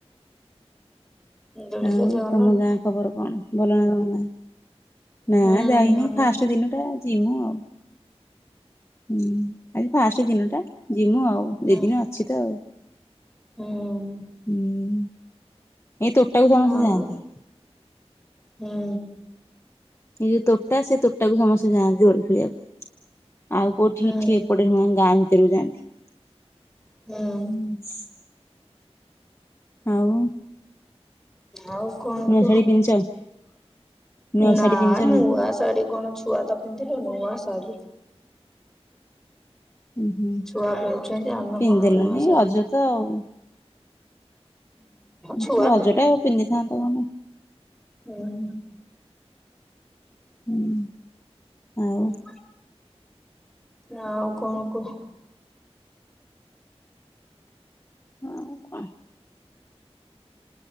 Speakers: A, in the centre; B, on the left.
A: ଦୋଳି
B: ଆଉ
A: ଖେଳିତେ ଗଲଣି
B: ତମ
A: ନା?
B: ଗାଁ ଖବର କଣ? ଗାଁ ଆ ନାଁ
A: ହୁଁ
B: ଯାଇନି
A: ଭଲ
B: ଫାଷ୍ଟ ଦିନ ଟା। ଯି ମୁଁ ଆଉ। ହୁଁ ଆଜି ଫାଷ୍ଟ ଦିନ ଟା। ଯିମୁ ଆଉ
A: ହୁଁ
B: ଦି ଦିନ ଅଛି ତ ଆଉ
A: ହୁଁ
B: । ଏଇ ତୋଟାକୁ ସମସ୍ତେ
A: ଆଉ
B: ଯାଆନ୍ତି।
A: ହୁଁ
B: ଏଇ ଯୋଉ ତୋଟା ସେ ତୋଟାକୁ ସମସ୍ତେ ଯାଆନ୍ତି ଦେଳି ଖୋଲି ବାକୁ । ଆଉ କୋଉଠି
A: ହୁଁ
B: ଏଠି ଏପଟେ ନୁହଁ ଗାଁ ଭିତରକୁ ଯାଆନ୍ତି। <inaudible>
A: ହୁଁ
B: ହୁଁ। ଆଉ
A: ଆଉ କଣ
B: ନୂଆ
A: କୁହ
B: ଶାଢୀ ପିନ୍ଧିଛ ନୂଆ
A: ନା
B: ଶାଢୀ ପିନ୍ଧିଛ
A: ନୂଆ
B: ନା
A: ଶାଢୀ କଣ ଛୁଆ ତ ପିନ୍ଧିଲ ନୂଆ ଶାଢୀ
B: ଉଁ ହୁଁ।
A: ଛୁଆ ପିନ୍ଧୁଛନ୍ତି ଆମେ
B: ପିନ୍ଧିଦେଲନି
A: କଣ ନୂଆ ଶାଢ଼ୀ
B: ରଜ ତ ଆଉ
A: ଛୁଆ
B: ହୁଁ ରଜ ଟା ଆବ ପିନ୍ଧିଥାନ୍ତା କଣ?
A: ହଁ
B: ହୁଁ ଆଉ
A: ହୁଁ ଆଉ କଣ କୁହ?
B: ହଁ କଣ?